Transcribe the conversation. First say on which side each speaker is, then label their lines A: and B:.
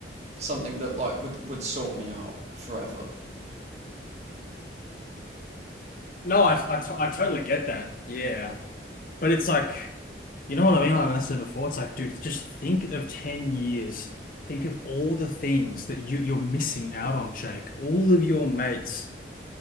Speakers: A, on the right; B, on the left.
A: something that like would would sort me out forever.
B: No, I, I, t I totally get that. Yeah. But it's like You know what I mean? Like I said before, it's like, dude, just think of 10 years. Think of all the things that you, you're missing out on, Jake. All of your mates